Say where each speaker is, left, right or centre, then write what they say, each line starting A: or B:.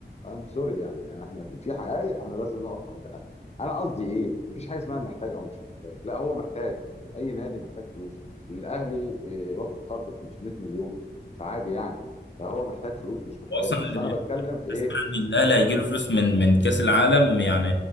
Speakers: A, on the left; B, on the left.
A: ام سوري يعني احنا في حقائق احنا لازم نقف عندها انا قصدي ايه مفيش حاجه اسمها محتاج او مش محتاج لا هو محتاج اي نادي محتاج فلوس الاهلي آه، واخد قرض ب 500 مليون فعادي يعني فهو محتاج فلوس مش محتاج
B: هو اصلا
A: بس
B: اللي
A: انا بتكلم في ايه
B: اسمع ان الاهلي هيجي له فلوس من من كاس العالم يعني